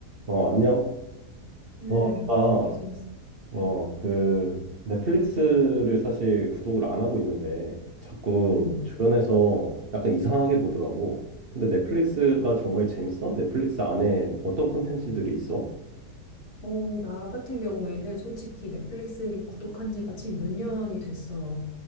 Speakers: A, on the right (about 45°); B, on the left (about 60°).
A: 어, 안녕.
B: 음,
A: 어, 내가,
B: 잘 지냈어.
A: 어,
B: 음.
A: 그, 넷플릭스를 사실 구독을 안 하고 있는데, 자꾸
B: 음.
A: 주변에서 약간 이상하게 보더라고. 근데 넷플릭스가 정말 재밌어? 넷플릭스 안에 어떤 콘텐츠들이 있어?
B: 어, 나 같은 경우에는 솔직히 넷플릭스를 구독한 지가 지금 몇 년이 됐어.